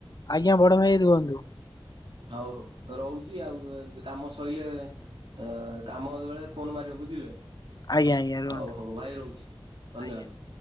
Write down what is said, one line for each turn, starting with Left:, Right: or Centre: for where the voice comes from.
Left: ଆଜ୍ଞା ବଡ ଭାଇ ରୁହନ୍ତୁ।
Right: ହଉ ହଉ ରହୁଚି ଆଉ କାମ ସରିଲେ ଅ କାମ ବେଳେ ଫୋନ ମାରିବ ବୁଝିଲେ।
Left: ଆଜ୍ଞା ଆଜ୍ଞା
Right: ହଉ
Left: ରୁହନ୍ତୁ
Right: ହଉ ଭାଇ ରହୁଚି ଧନ୍ୟବାଦେ।
Left: ଆଜ୍ଞା।